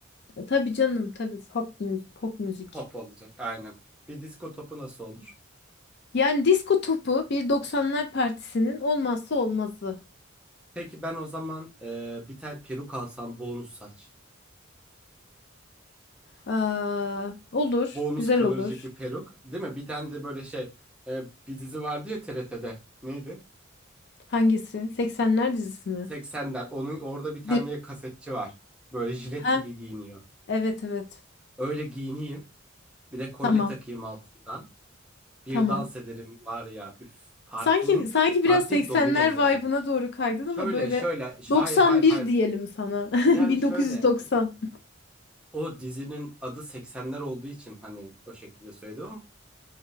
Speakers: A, on the left; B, in the centre.
A: E, Tabii canım, tabii pop müzik, pop müzik.
B: Pop olacak, aynen. Bir disko topu nasıl olur?
A: Yani disko topu bir doksanlar partisinin olmazsa olmazı.
B: Peki ben o zaman e, bir tane peruk alsam, bonus saç.
A: Aa, olur,
B: Bonus
A: güzel
B: kıvırcık
A: olur.
B: bir peruk, değil mi? Bir tane de böyle şey, e, bir dizi vardı ya TRT'de. Neydi?
A: Hangisi? Seksenler dizisi mi?
B: 80'ler. Onun orada bir tane
A: Direkt.
B: kasetçi var. Böyle jilet
A: Ha?
B: gibi giyiniyor.
A: Evet evet.
B: Öyle giyineyim. Bir de kolye
A: Tamam.
B: takayım altından. Bir
A: Tamam.
B: dans ederim var ya. Üf, partinin
A: Sanki sanki biraz
B: partiyi
A: seksenler
B: domine ederim.
A: vibe'ına doğru kaydın
B: Şöyle
A: ama böyle
B: şöyle ş-
A: doksan
B: hayır hayır
A: bir
B: hayır.
A: diyelim sana. <laughs>
B: Yani
A: 1990.
B: şöyle o dizinin adı 80'ler olduğu için hani o şekilde söyledim ama